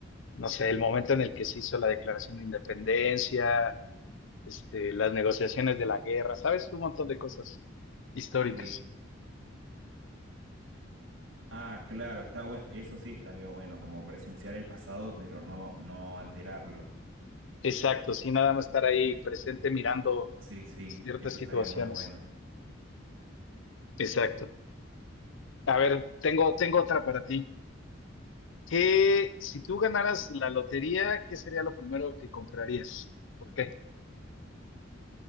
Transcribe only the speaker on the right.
Sí. Ah, claro, está bueno. Eso sí estaría bueno, como presenciar el pasado, pero no, no alterarlo.
Sí, sí,
eso
estaría muy bueno.